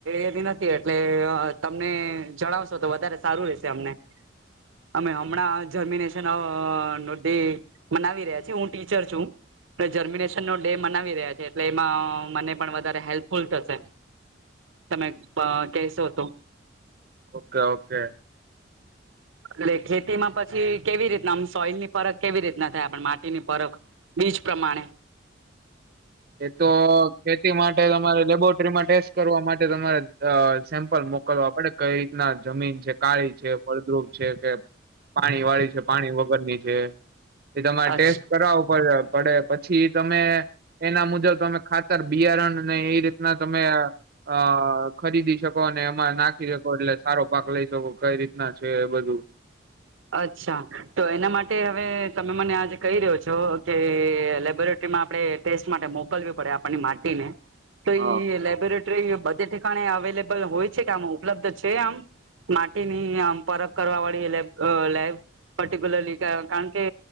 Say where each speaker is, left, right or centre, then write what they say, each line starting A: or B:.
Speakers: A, on the right; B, on the right.
A: એવી નથી એટલે તમને જણાવશો તો વધારે સારું રહેશે અમને. અમે હમણાં જમીને શ <unintelligible> મનાવી રહ્યા છે હું ટીચર છું. અને જર્મિનેશન નો ડે મનાવી રહ્યા છે એટલે એમાં મને પણ વધારે હેલ્પફુલ થશે. તમે અ કહેશો તો.
B: ઓ કે ઓ કે
A: એટલે ખેતીમાં પછ છી કેવી રીતના આમ સોઈલની પરખ કેવી રીતના થાય પણ માટીની પરખ બીજ પ્રમાણે
B: એતો ખેતી માટે તમારે લેબોરેટરીમાં ટેસ્ટ કરવા માટે તમારે અ સેમ્પલ મોકલવા પડે કઈ રીતના જમીન છે કાળી છે ફળદ્રુપ છે કે પાણી વાળી છે પાણી વગરની છે એ તમારે
A: અચ્છ
B: ટેસ્ટ કરાવો પડે પડે પછી તમે એના મુજબ તમે ખા તર બિયારણને એ રીતના તમે અ ખરીદી શક કોને એમાં નાખી શકો એટલે સારો પાક લઈ શકો કઈ રીતના છે એ બધું
A: અચ્છા તો એના માટે હવે તમે મને આજે કહી રહ્યો છો કે લેબોરેટ ટરીમાં આપણે ટેસ્ટ માટે મોકલવી પડે આપની માટીને તો
B: હા
A: ઈ લેબોરેટ ટરી બધે ઠેકાણે અવેલેબલ હોય છે કે આમ ઉપલબ્ધ છે આમ માટીની આમ પરખ કરવા વાળી લે અ લેબ પર્ટિક્યુલરલી કાણ કે